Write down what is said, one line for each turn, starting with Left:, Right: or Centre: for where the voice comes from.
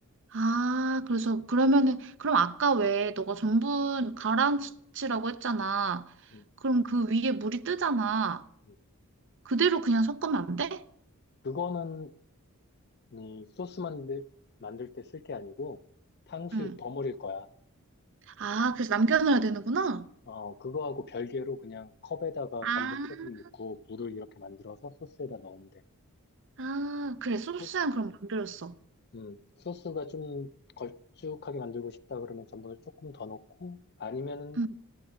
Right: 아, 그래서 그러면은, 그럼 아까 왜 너가 전분 가라앉히라고 했잖아.
Left: 음,
Right: 그럼 그 위에 물이 뜨잖아.
Left: 음.
Right: 그대로 그냥 섞으면 안 돼?
Left: 그거는 이 소스 만들, 만들 때 쓸 게 아니고 탕수육
Right: 음.
Left: 버무릴 거야.
Right: 아, 그래서 남겨놔야 되는구나.
Left: 어, 그거하고 별개로 그냥 컵에다가
Right: 아
Left: 전분 조금 넣고 물을 이렇게 만들어서 소스에다 넣으면 돼.
Right: 아, 그래. 소스는
Left: 소스,
Right: 그럼 만들었어.
Left: 음, 소스가 좀 걸쭉하게 만들고 싶다 그러면 전분을 조금 더 넣고 아니면은
Right: 응.